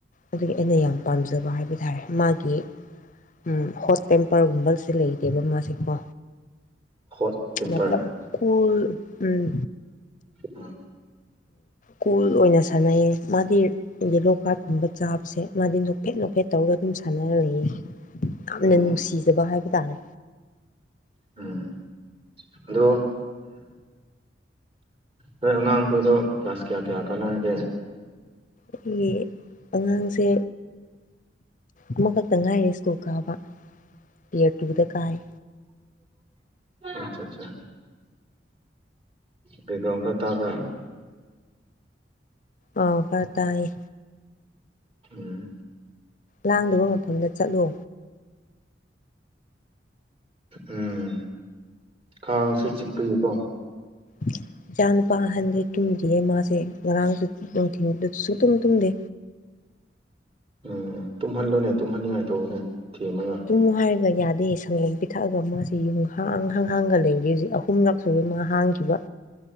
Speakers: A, on the left; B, on the right.
A: ꯑꯗꯨꯒꯤ ꯑꯩꯅ ꯌꯥꯝ ꯄꯥꯝꯖꯕ ꯍꯥꯏꯕ ꯇꯥꯔꯦ ꯃꯥꯒꯤ ꯎꯝ ꯍꯣꯁ ꯇꯦꯝꯄꯔꯒꯨꯝꯕ ꯁꯤ ꯂꯩꯇꯦꯕ ꯃꯥꯁꯦ ꯀꯣ
B: ꯍꯣꯠ ꯇꯦꯝꯄꯔ
A: ꯃ ꯀ <inaudible> ꯎꯝ
B: ꯎꯝ
A: ꯀꯨꯜ ꯑꯣꯏꯅ ꯁꯥꯟꯅꯩꯌꯦ ꯃꯥꯗꯤ ꯈꯪꯗꯦ ꯀꯥꯔꯠꯀꯨꯝꯕ ꯆꯥꯕꯁꯦ ꯃꯥꯗꯤ ꯅꯣꯐꯦꯠ ꯅꯣꯐꯦꯠ ꯇꯧꯔꯒ ꯑꯗꯨꯝ ꯁꯥꯟꯅꯔ ꯂꯩꯌꯦ
B: ꯑꯣ
A: ꯌꯥꯝꯅ ꯅꯨꯡꯁꯤꯖꯕ ꯍꯥꯏꯕ ꯇꯥꯔꯦ
B: ꯎꯝ ꯑꯗꯣ ꯅꯣꯏ ꯑꯉꯥꯡꯈꯣꯏ ꯑꯗꯣ ꯀ꯭ꯂꯥꯁ ꯀꯌꯥ ꯀꯌꯥ ꯀꯥꯟꯅꯔꯒꯦ
A: ꯑꯩꯒꯤ ꯑꯉꯥꯡꯁꯦ ꯑꯃꯈꯛꯇ ꯉꯥꯏꯔꯤ ꯇꯨ ꯀꯥꯕ ꯌꯦꯔ ꯇꯨꯗ ꯀꯥꯥꯏ
B: ꯑꯆꯥ ꯑꯆꯥ ꯕꯦꯛꯒꯥ꯭ꯔꯜ ꯈꯔ ꯇꯥꯕ꯭ꯔꯥ
A: ꯑꯥꯎ ꯈꯔ ꯇꯥꯏꯌꯦ
B: ꯎꯝ
A: ꯂꯥꯡꯗꯕ ꯃꯐꯝꯗ ꯆꯠꯂꯣ
B: ꯎꯝ ꯀꯥꯡꯁꯦ ꯆꯤꯛꯄꯒꯤꯀꯣ
A: <inaudible> ꯏꯆꯥ ꯅꯨꯄꯥ ꯑꯍꯟꯗꯤ ꯇꯨꯝꯗ꯭ꯔꯤꯌꯦ ꯃꯥꯁꯦ ꯉꯔꯥꯡꯁꯨ ꯅꯨꯡꯊꯤꯟꯗꯨ ꯁꯨꯡ ꯇꯨꯝ ꯇꯨꯝꯗꯦ
B: ꯎꯝ ꯇꯨꯝꯍꯜꯂꯨꯅꯦ ꯇꯨꯝꯍꯟꯅꯤꯡꯉꯥꯏ ꯇꯧꯋꯣꯅꯦ ꯊꯦꯝꯃꯒ
A: ꯇꯨꯝꯃꯨ ꯍꯥꯏꯔꯒ ꯌꯥꯗꯦ ꯁꯪꯒꯣꯝ ꯄꯤꯊꯛꯑꯒ ꯃꯥꯁꯤ ꯌꯨꯝꯍꯥꯡ ꯍꯥꯡꯍꯥꯡꯒ ꯂꯩꯌꯦ ꯍꯧꯖꯤꯛ ꯑꯍꯨꯝꯂꯛ ꯑꯍꯨꯝꯂꯛ ꯁꯨꯔꯦ ꯃꯥ ꯍꯥꯡꯈꯤꯕ